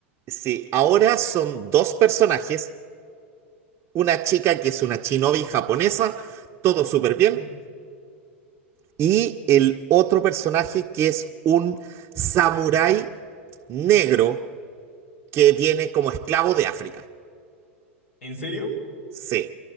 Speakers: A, on the right (about 35°); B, on the left (about 80°).
A: sí, ahora son dos personajes, una chica que es una shinobi japonesa, todo súper
B: Ujú.
A: bien, y el otro personaje que es un samurái negro que viene como esclavo de África.
B: ¿En serio?
A: Sí.